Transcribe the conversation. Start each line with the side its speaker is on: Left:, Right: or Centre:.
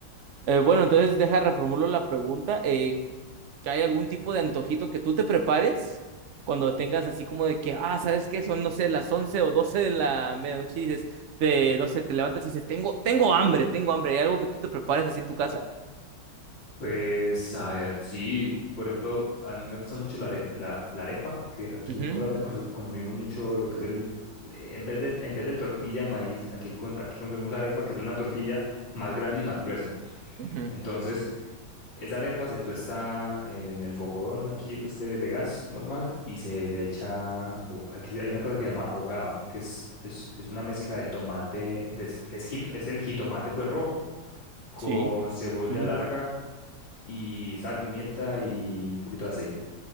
Right: eh, bueno, entonces deja reformulo la pregunta. Eh, que hay algún tipo de antojito que tú te prepares cuando tengas así como de que, ah, ¿sabes qué? Son, no sé, las 11 o 12 de la medianoche y dices, te, no sé, te levantas y dices, tengo, tengo hambre, tengo hambre. ¿Hay algo que tú te prepares así en tu casa?
Left: Pues a ver, sí, por ejemplo, a mí me gusta mucho la, are- la, la arepa, que aquí
Right: Ujú,
Left: en Colombia consu- consumimos mucho lo que es el, en vez de, en vez de tortilla de maíz, aquí, con- aquí consumimos arepa, que es una tortilla más grande y más gruesa.
Right: ujú,
Left: Entonces, esa arepa se tuesta en el fogón aquí, pues de, de gas normal, y se le echa, o- aquí hay una cosa que se llama hogao, que es, es, es una mezcla de tomate, de- es, jit- es el jitomate pues rojo, con
Right: Sí.
Left: cebolla
Right: Ujú.
Left: larga y sal, pimienta y un poquito de aceite.